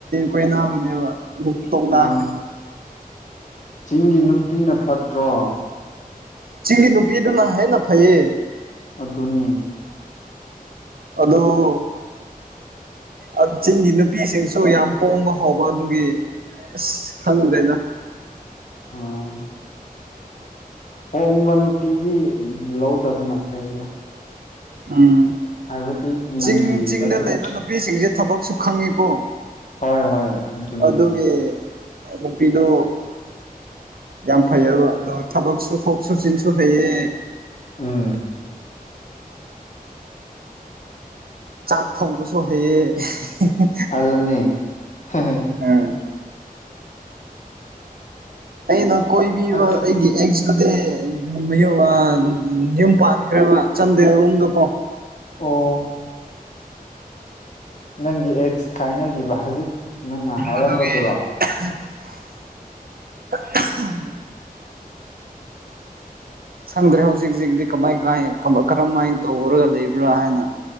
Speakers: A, on the right; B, on the left.
A: ꯀꯣꯢꯅꯕꯅꯦꯕ ꯃꯨꯛ ꯇꯣꯛꯅꯒ꯭ꯔꯦ
B: ꯑꯥ ꯆꯤꯡꯒꯤ ꯅꯨꯄꯤꯅ ꯐꯠꯇ꯭ꯔꯣ
A: ꯆꯤꯡꯒꯤ ꯅꯨꯄꯤꯗꯨꯅ ꯍꯦꯟꯅ ꯐꯩꯌꯦ
B: ꯑꯗꯨꯅꯤ
A: ꯑꯗꯣ ꯑꯠ ꯆꯤꯡꯒꯤ ꯅꯨꯄꯤꯁꯤꯡꯁꯨ ꯌꯥꯝ ꯄꯣꯡꯕ ꯍꯥꯎꯕ ꯑꯗꯨꯒꯤ ꯑꯁ ꯈꯪꯗ꯭ꯔꯦꯅ
B: ꯑꯥ ꯍꯣꯡꯕ ꯅꯨꯄꯤꯗꯤ ꯂꯧꯗꯕꯅ ꯐꯩꯗ
A: ꯎꯝ
B: ꯍꯥꯏꯕꯗꯤ
A: ꯆꯤꯡ
B: ꯅꯪꯒꯤ
A: ꯆꯤꯡꯗ
B: ꯑꯗꯨꯝ
A: ꯂꯩꯕ ꯅꯨꯄꯤꯁꯤꯡꯁꯦ ꯊꯕꯛꯁꯨ ꯈꯪꯉꯤꯀꯣ
B: ꯍꯣꯏ ꯍꯣꯏ ꯑꯗꯨꯅꯦ
A: ꯑꯗꯨꯒꯤ ꯅꯨꯄꯤꯗꯨ ꯌꯥꯝ ꯐꯩꯌꯦꯕ ꯑꯣ ꯊꯕꯛ ꯆꯠꯊꯣꯛ ꯆꯠꯁꯤꯟꯁꯨ ꯐꯩꯌꯦ
B: ꯎꯝ
A: ꯆꯥꯛ ꯊꯣꯡꯕꯁꯨ ꯍꯩꯌꯦ ꯍꯦꯍꯦ
B: ꯑꯗꯨꯅꯦ ꯍꯥ ꯍꯥ
A: ꯑꯥ ꯑꯩꯅ ꯀꯣꯏꯕꯤꯕ
B: ꯑꯗꯨ
A: ꯑꯩꯒꯤ ꯑꯦꯛꯁꯇꯨꯗꯤ ꯨꯃꯌꯨꯝ ꯑꯥ ꯌꯨꯝ ꯄꯥꯟꯈ꯭ꯔꯦꯕ ꯆꯟꯗꯦꯟꯔꯣꯝꯗꯀꯣ
B: ꯑꯣ ꯅꯪꯒꯤ ꯑꯦꯛꯁ ꯀꯥꯏꯅꯈꯤꯕ ꯍꯧꯖꯤꯛ ꯅꯪꯅ ꯍꯥꯏꯔꯝꯕꯗꯨꯔꯣ
A: ꯑꯗꯨꯒꯤ <unintelligible> ꯁꯪꯗꯔꯦ ꯍꯧꯖꯤꯛ ꯍꯧꯖꯤꯛꯇꯤ ꯀꯃꯥꯏ ꯀꯥꯏ ꯀꯔꯝꯃꯥꯏꯅ ꯇꯧꯔꯒ ꯂꯩꯕ꯭ꯔꯥ ꯍꯥꯏꯅ